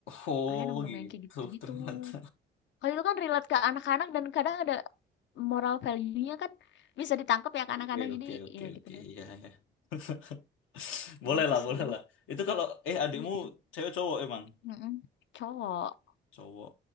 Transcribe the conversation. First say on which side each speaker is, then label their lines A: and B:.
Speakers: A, on the left (about 80°); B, on the left (about 65°).
A: Oh
B: Akhirnya nemu-nemu
A: gitu
B: yang kayak gitu-gitu.
A: ternyata.
B: Kalau itu kan relate ke anak-anak dan kadang ada moral value-nya kan bisa ditangkap ya ke
A: Oke
B: anak-anak,
A: oke
B: jadi
A: oke
B: ya
A: oke
B: gitu deh,
A: ya ya. <laughs> Boleh
B: gitu
A: lah
B: sih.
A: boleh lah. Itu kalau eh adikmu
B: Mhm,
A: cewek cowok emang
B: mhm. Cowok
A: cowok.